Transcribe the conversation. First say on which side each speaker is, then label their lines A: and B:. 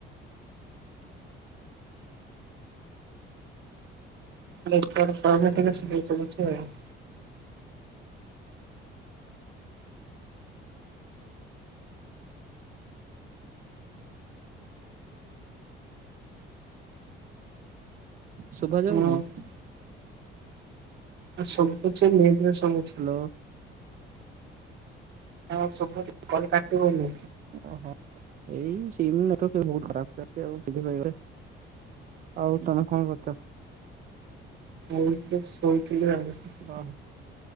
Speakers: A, on the right; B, on the right.
A: ନେଟୱାର୍କ ପାଉନି ଟିକେ ସ୍ଳୋ ଚାଲୁଛି ଆଉ।
B: ଶୁଭା
A: ହଁ
B: ଯାଉନି?
A: ଆ ଶୁବୁଚି ନେଟ ଆସୁନି।
B: ହାଲୋ।
A: ଆ ହଁ ଶୁଭୁଚି କଲ କାଟି ହୋଉନି।
B: ଓହୋ ଏଇ ସିମି <inaudible> ବୋହୁତ ଖରାପ ଚାଲିଚି ଆଉ ସେଥିପାଇ ଆଉ ତମେ କଣ କରୁଚ?
A: ମୁଇଁ ତ ଶୋଇଥିଲି ଆଉ <unintelligible>
B: ଓହୋ